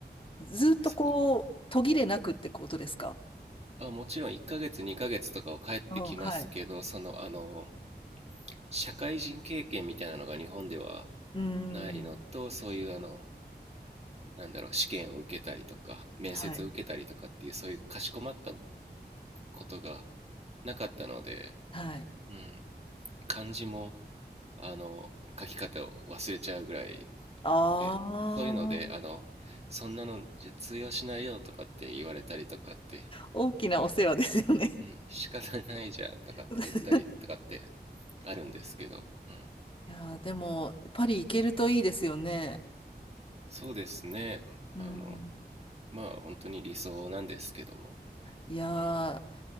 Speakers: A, on the left (about 30°); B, on the right (about 35°).
A: ずっとこう、
B: そこ。
A: 途切れなくってことですか
B: あ、もちろん1ヶ月、2ヶ月とかを帰ってきますけど、
A: うん、はい。
B: その、あの、社会人経験みたいなのが日本では
A: うーん、
B: ないのと、そういうあの、なんだろう試験を受けたりとか面接を受けたりとかっていうそういうかしこまった
A: はい、
B: ことがなかったので、
A: はい。
B: うん、漢字もあの書き方を忘れちゃうぐらい
A: ああ、
B: でそういうのであのそんなのじゃ通用しないよとかって言われたりとかって、
A: 大きなお世話ですよね。
B: うん、仕方ないじゃんとかって言ったりとかって
A: <laughs>
B: あるんですけど、うん、
A: いやー、でも、パリ行けるといいですよね。
B: そうですねあの
A: うん。
B: まあ本当に理想なんですけども、
A: いやー、
B: うん、